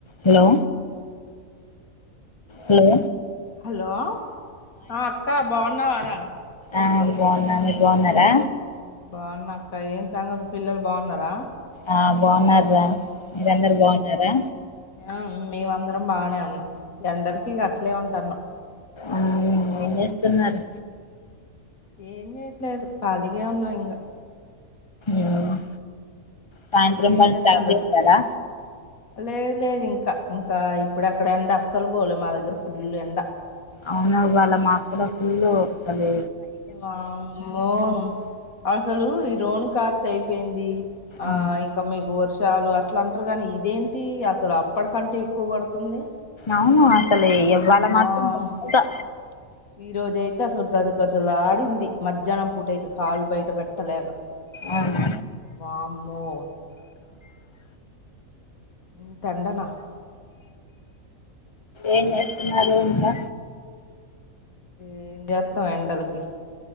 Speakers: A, on the left; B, on the left.
A: Hello hello
B: hello ఆ అక్క బాగున్నా వారా
A: ఆ బాగున్న మీరు బాగున్నారా
B: బాగున్నా అక్క ఏం సంగతుల్ పిల్లలు బాగున్నారా
A: ఆ బాగున్నారా. మీరందరు బాగున్నారా?
B: ఆ మేమందరం బాగానే ఉన్నా. ఎండలకి గట్లే ఉంటున్నాం.
A: ఉమ్, ఏం జేస్తున్నారు?
B: ఏం చేయట్లేదు. ఖాళీగా ఉన్నాం ఇంగా
A: ఉమ్ సాయంత్రం
B: మీరేం
A: పని
B: చేత్తాండ్రు
A: స్టార్ట్ చేసారా?
B: లేదు లేదు. ఇంకా ఇంకా ఇప్పుడు అక్కడ ఎండ అస్సలు పోలే మా దగ్గర ఫుల్ ఎండ
A: అవునా ఇవాళ మాకు కూడా ఫుల్ అదే
B: వామ్మో అసలు ఈ రోన్ కార్త్ అయిపోయింది. ఆ
A: అవును
B: ఇంకా మీకు వర్ష్ చాలు అట్లా అంటారు కానీ ఇదేంటి అసలు అప్పటికంటే ఎక్కువ పడుతుంది.
A: అవునా అసలే ఇవాళ
B: వా
A: మాత్రం బాగా
B: ఈ రోజు అయితే అసలు గజ గజలాడింది. మధ్యాహ్నం పూటయితే కాళ్ళు బయట పెట్టలేక
A: అవును,
B: వామ్మో ఇంత ఎండనా!
A: ఏం చేస్తాన్నారు? ఇంకా
B: ఏం జేత్తం ఎండలకి